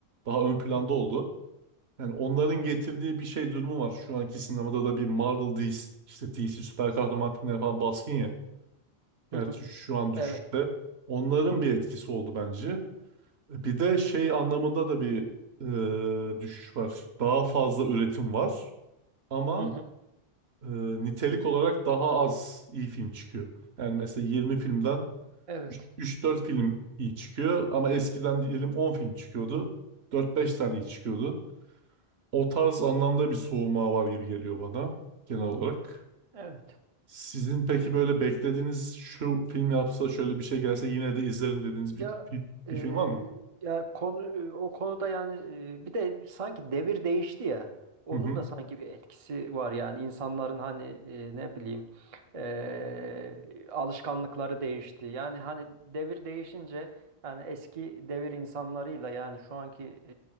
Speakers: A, on the right (about 70°); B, on the right (about 35°).
A: daha ön planda
B: Hı hı.
A: oldu. Yani onların getirdiği bir şey durumu var. Şu anki sinemada da bir Marvel DC, işte DC süper kahraman filmleri falan baskın ya. Gerçi
B: Hı hı.
A: şu an düşüşte.
B: Evet.
A: Onların bir etkisi oldu bence. Bir de şey anlamında da bir e, düşüş var. Daha fazla üretim var ama
B: Hı hı.
A: e, nitelik olarak daha az iyi film çıkıyor. Yani mesela 20 filmden
B: Evet.
A: Üç dört film iyi çıkıyor ama eskiden diyelim 10 film çıkıyordu. dört beş tane iyi çıkıyordu. O tarz anlamda bir soğuma var gibi geliyor bana genel olarak.
B: Evet.
A: Sizin peki böyle beklediğiniz şu film yapsa şöyle bir şey gelse yine de izlerim dediğiniz bir,
B: Ya
A: bir,
B: e,
A: bir film var mı?
B: ya konu e, o konuda yani e, bir de sanki devir değişti ya. Onun
A: Hı hı,
B: da sanki bir etkisi var yani insanların hani e, ne bileyim e, alışkanlıkları değişti. Yani hani devir değişince yani eski devir insanlarıyla yani şu anki e,